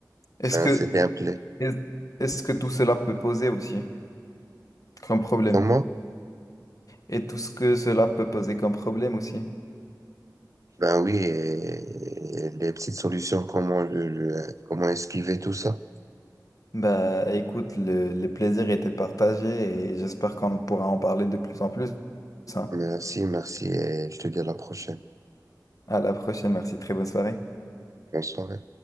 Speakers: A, on the left; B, on the right.
A: Est-ce
B: Ben,
A: que
B: c'était appelé.
A: est- est-ce que tout cela peut poser aussi comme problème?
B: Comment?
A: Et tout ce que cela peut poser comme problème aussi.
B: Ben oui, et- les petites solutions, comment, le, le- comment esquiver tout ça.
A: Bah écoute, le, le plaisir était partagé et j'espère qu'on pourra en parler de plus en plus, hein.
B: Merci, merci, et je te dis à la prochaine.
A: À la prochaine, merci, très bonne soirée.
B: Bonne soirée.